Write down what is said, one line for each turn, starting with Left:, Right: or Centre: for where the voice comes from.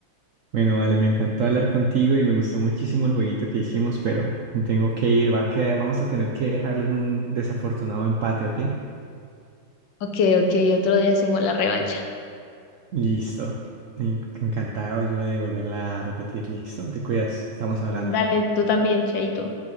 Right: Bueno, vale, me encantó hablar contigo y me gustó muchísimo el jueguito que hicimos, pero tengo que ir, va a quedar- vamos a tener que dejarlo en un desafortunado empate, ¿ok?
Left: Ok, ok, otro día hacemos la revancha.
Right: Listo. En- Encantado yo de volverla a repetir, listo. Te cuidas, estamos hablando.
Left: Dale, tú también, Chaito.